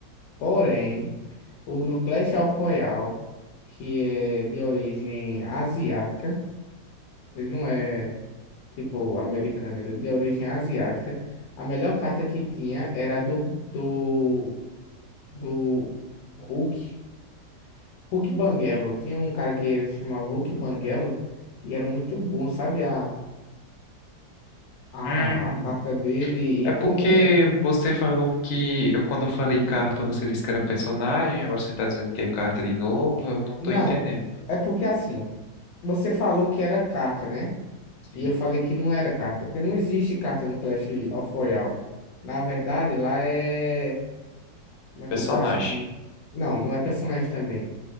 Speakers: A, on the left (about 85°); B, on the left (about 70°).
A: Porém, o no Clash of Royale, que é de origem asiática, ele não é tipo americano, ele é de origem asiática. A melhor carta que tinha era a do, do, do Hulk. Hulk Banguelo. Tinha um cara que ele se chamava Hulk Banguelo e era muito bom, sabe? A, a,
B: Hum,
A: a carta dele
B: é
A: e como.
B: porque você falou que eu, quando eu falei carta, você disse que era personagem, agora você tá dizendo que é carta de novo, eu não tô
A: Não,
B: entendendo.
A: é porque assim, você falou que era carta, né?
B: Sim,
A: E eu falei que não era carta, porque não existe carta no Clash of Royale. Na verdade, lá é. Como é que
B: personagem.
A: eu posso dizer? Não, não é personagem também.